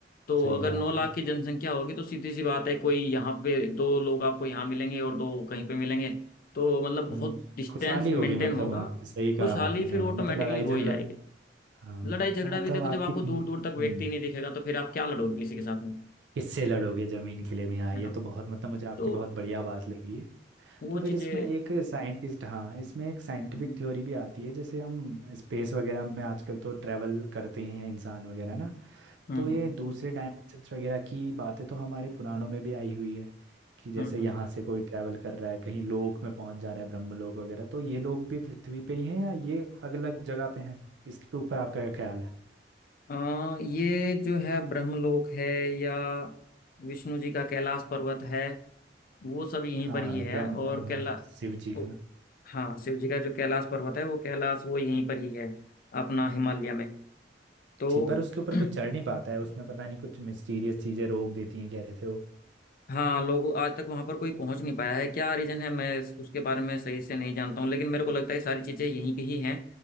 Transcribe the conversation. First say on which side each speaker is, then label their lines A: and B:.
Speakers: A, on the left; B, on the right.
A: तो
B: सही
A: अगर
B: कहा
A: नौ
B: आपने
A: लाख की जनसंख्या होगी तो सीधी सी बात है कोई यहाँ पे दो लोग आपको यहाँ मिलेंगे और दो कहीं पे मिलेंगे तो मतलब
B: हम्म
A: बहुत डिस्टेंस
B: खुशहाली
A: मेंटेन
B: होगी मतलब
A: होगा
B: वहाँ पे सही
A: खुशहाली
B: कहा आपने
A: फिर
B: हाँ
A: ऑटोमेटिकली
B: मतलब लड़ाई
A: हो
B: झगड़ा
A: ही जाएगी
B: हाँ
A: लड़ाई झगड़ा
B: तो मतलब
A: भी देखो
B: आपकी
A: जब आपको दूर
B: हम्म
A: दूर तक व्यक्ति नहीं दिखेगा तो फिर आप क्या लड़ोगे किसी के साथ में
B: किससे लड़ोगे जमीन के लिए भी हाँ
A: है
B: ये
A: ना
B: तो बहुत मतलब मुझे आपकी
A: तो
B: बहुत बढ़िया बात लगी
A: वो
B: तो फिर
A: चीजें
B: इसमें एक साइंटिस्ट हाँ इसमें एक साइंटिफिक
A: हम्म
B: थ्योरी भी आती है जैसे हम स्पेस वगैरह में आजकल तो ट्रैवल करते ही हैं इंसान वगैरह ना
A: हम्म
B: तो ये दूसरे डायमेंशंस वगैरह की बातें तो हमारे पुराणों में भी आई हुई है कि जैसे
A: हम्म
B: यहाँ
A: हम्म।
B: से कोई ट्रैवल कर रहा है कहीं लोक में पहुंच जा रहा है ब्रह्मलोक वगैरह तो ये लोग भी पृथ्वी पे ही हैं या ये अलग अलग जगह पे हैं इसके ऊपर आपका क्या ख्याल है
A: अ, ये जो है ब्रह्मलोक है या विष्णु जी का कैलाश पर्वत है वो सब यहीं
B: हाँ
A: पर ही है
B: ब्रह्म
A: और
B: हाँ,
A: कैला
B: शिव जी
A: वो-
B: का
A: हाँ शिव जी का जो कैलाश पर्वत है वो कैलाश वो यहीं पर ही है अपना हिमालय में तो
B: जी पर उसके ऊपर
A: <clears throat>
B: कुछ चढ़ नहीं पाता है उसमें पता नहीं कुछ मिस्टीरियस चीजें रोक देती हैं कह रहे थे वो
A: हाँ लोग आज तक वहां पर कोई पहुंच नहीं पाया है क्या रीजन है मैं इस- उसके बारे में सही से नहीं जानता हूँ लेकिन मेरे को लगता है सारी चीजें यहीं की ही हैं